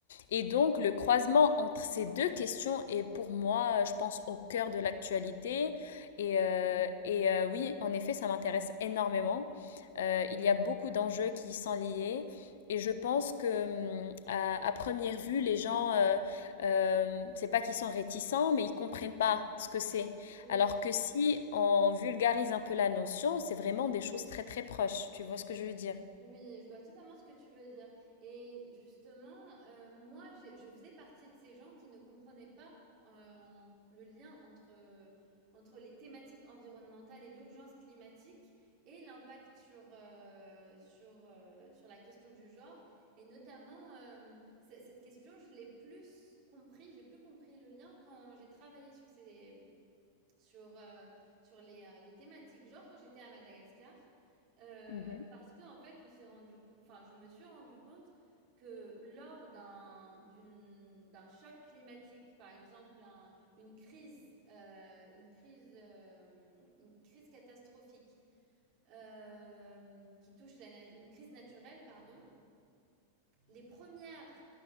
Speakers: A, on the left; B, on the right.
A: Et donc, le croisement entre ces deux questions est pour moi, je pense, au cœur de l'actualité.
B: Mmh.
A: Et, euh, et euh, oui, en effet, ça m'intéresse énormément. Euh, il y a beaucoup d'enjeux qui y sont liés. Et je pense que hum, à, à première vue, les gens, euh, euh, c'est pas qu'ils sont réticents, mais ils comprennent pas ce que c'est.
B: Oui,
A: Alors que si on vulgarise un peu la notion, c'est vraiment des choses très très proches. Tu vois ce que je veux dire?
B: oui, je vois totalement ce que tu veux dire. Et justement, euh, moi, j'ai- je faisais partie de ces gens qui ne comprenaient pas euh, en- le lien entre, entre les thématiques environnementales et l'urgence climatique et l'impact sur, euh, sur, euh, sur la question du genre. Et notamment, euh, c- cette question, je l'ai plus compris, j'ai plus compris le lien quand j'ai travaillé sur ces, sur, euh, sur les, euh, les thématiques. Genre quand j'étais à Madagascar, euh,
A: Mhm.
B: parce que en fait, on s'est rendu, co- enfin, je me suis rendu compte que lors d'un d'une- d'un choc climatique, par exemple, un- une crise, euh, une crise, euh, une crise catastrophique euh, qui touche la nat- une crise naturelle, pardon les premières